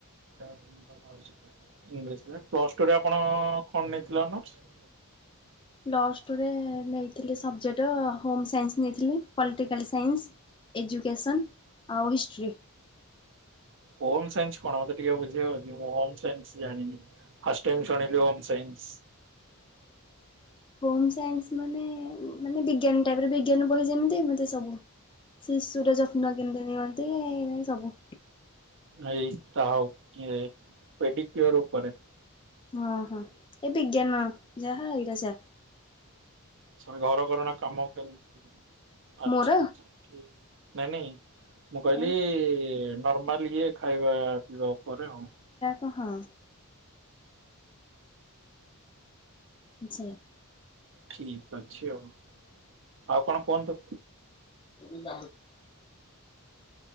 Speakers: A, on the right; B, on the left.
A: ଇଂଲିଶ ଥିଲା ପ୍ଲସ୍ ଟୁ ରେ ଆପଣ କଣ ନେଇଥିଲେ ଅନରର୍ସ?
B: ପ୍ଲସ୍ ଟୁରେ ନେଇଥିଲି ସବଜେକ୍ଟ୍ ହୋମ୍ ସାଇନ୍ସ୍ ନେଇଥିଲି ପଲଟିକାଲ ସାଇନ୍ସ୍ ଏଜୁକେସନ୍ ଆଉ ହିଷ୍ଟ୍ରି।
A: ହୋମ୍ ସାଇନ୍ସ୍ କଣ ମତେ ଟିକେ ବୁଝେଇବ କି ମୁଁ ହୋମ୍ ସାଇନ୍ସ୍ ଜାଣିନି ଫାଷ୍ଟ୍ ଟାଇମ୍ ଶୁଣିଲି ହୋମ୍ ସାଇନ୍ ନ୍ସ୍।
B: ହ ହୋମ୍ ସାଇନ୍ସ୍ ମାନେ ମାନେ ବିଜ୍ଞାନ ଟାଇପ୍ ର ବିଜ୍ଞାନ ବହି ଯେମିତି ସେମିତି ସବୁ। ଶିଶୁର ଯତ୍ନ କେମିତି ନିଅନ୍ତି ଏଇ ଭଳି ସବୁ।
A: ଏଇ ତ ଆଉ ଏ ପେଡିକ୍ୟୁର ଉପରେ।
B: ଓ ହୋ ଏଇ ବିଜ୍ଞାନ ଯାହା ଏଇଟା ସେଇଆ।
A: ସବୁ ଘର କରଣା କାମ କେମିତି ଆଛା
B: ମୋର
A: ଆଛା ଠିକ୍ ନାଇଁ ନାଇଁ ମୁଁ କହିଲି
B: ଆଉ
A: ନର୍ମାଲ୍ ଇଏ ଖାଇବା ପିଇବା ଉପରେ ଆଉ।
B: ଓ ହଁ। ଆଛା।
A: ଠିକ୍ ଅଛି ଆଉ ଆଉ କଣ କୁହନ୍ତୁ?
B: <unintelligible> <unintelligible> ଉଁ